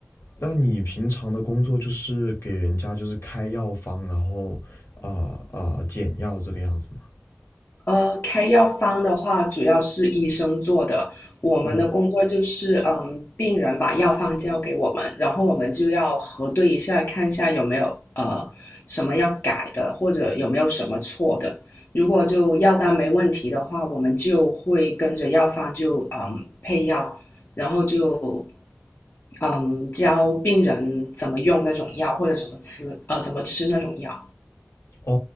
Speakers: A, on the left (about 75°); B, on the left (about 60°).
A: 那你平常的工作就是给人家就是开药方，然后啊啊、呃呃减药这个样子吗？
B: 呃，开药方的话，主要是医生做的。我们的工作就是，
A: 嗯，
B: 嗯，病人把药方交给我们，然后我们就要核对一下，看一下有没有呃什么要改的，或者有没有什么错的。如果就药单没问题的话，我们就会跟着药方就嗯配药，然后就嗯教病人怎么用那种药，或者怎么吃，呃，怎么吃那种药。
A: 哦，